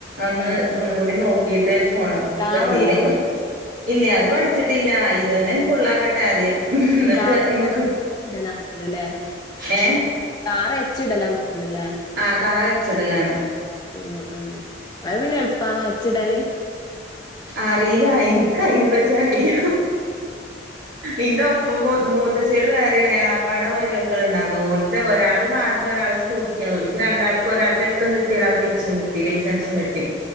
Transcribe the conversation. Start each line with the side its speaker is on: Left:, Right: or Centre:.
Right: അന്ന്
Left: ആ ആ
Right: ഒന്നുകൂടി നോക്കീട്ട് പോണം
Left: കാർ
Right: ഇപ്പൊ ഇതിയെനൊക്കെ
Left: ഓടിക്കും
Right: ഇല്ല അത് പഠിച്ചിട്ടില്ല ഇത് തന്നെ ഫുള്ളാക്കട്ടെ ആദ്യം എന്നിട്ട്
Left: ഈ കാറ്
Right: അയിമക്ക്
Left: <unintelligible>
Right: ഏഹ്
Left: കാറ് എച്ചിടലാന്ന് തോന്ന്ണ്ട്ല്ലേ
Right: ആഹ് കാറ് എച്ചിടലാണ്.
Left: ഉം ഉം അത് പിന്നെ എളുപ്പാ എച്ചിടല്?
Right: അറീല്ല ഇൻക്കയിനെപറ്റി അറീല്ല ഇന്റെ ഒപ്പം മൂ മൂത്തച്ചിയെള് വേറെ ഇണ്ടായി എളാപ്പാടെ മരുമക്കള് ഇണ്ടാരുന്നു ഓൽത്തെ ഒരാള് കാറിന് ഒരാള് സ് സ്കൂട്ടിക്ക് ഓൽക്ക് രണ്ടാൾക്കും ഒരാൾക്ക് എട്ടും കിട്ടി ഒരാൾക്ക് എച്ചും കിട്ടി ലൈസൻസും
Left: അത്
Right: കിട്ടി